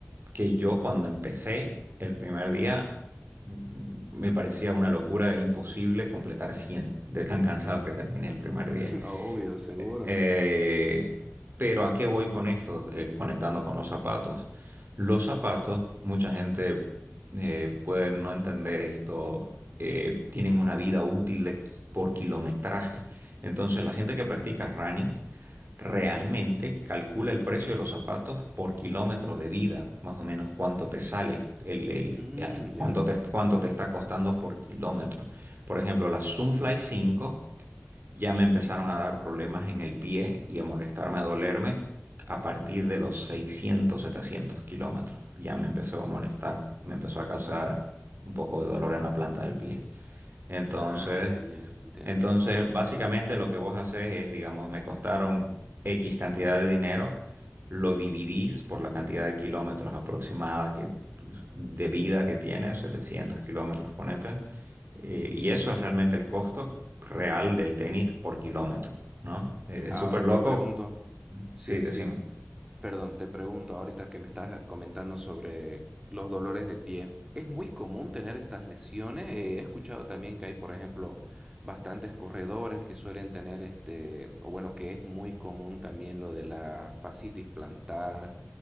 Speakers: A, on the right; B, on the right.
A: que yo cuando empecé el primer día mm, me parecía una locura imposible completar 100 de tan cansado que terminé el primer día.
B: <laughs> Obvio, seguro.
A: Eh, pero ¿a qué voy con esto? Eh, conectando con los zapatos. Los zapatos, mucha gente eh, puede no entender esto, eh, tienen una vida útil de ki- por kilometraje. Entonces, la gente que practica running Realmente calcula el precio de los zapatos por kilómetro de vida, más o menos cuánto te sale, el, el-
B: Mm,
A: eh, cuánto
B: ya.
A: te, cuánto te está costando por kilómetro. Por ejemplo, las Zoomfly 5 ya me empezaron a dar problemas en el pie y a molestarme, a dolerme a partir de los 600, 700 kilómetros. Ya me empezó a molestar, me empezó a causar un poco de dolor en la planta del pie. Entonces...
B: Ah, ya, ya, te entiendo.
A: Entonces, básicamente lo que vos haces es, digamos, me costaron X cantidad de dinero, lo dividís por la cantidad de kilómetros aproximada que, pues, de vida que tiene, 700 kilómetros, ponete, eh, y eso es realmente el costo real del tenis por kilómetro, ¿no? Eh, es
B: Ahora
A: súper loco.
B: te pregunto. Sí,
A: Sí, decime.
B: sí. Perdón, te pregunto ahorita que me estás comentando sobre los dolores de pie. ¿Es muy común tener estas lesiones? Eh, he escuchado también que hay, por ejemplo, bastantes corredores que suelen tener este, o bueno, que es muy común también lo de la fascitis plantar.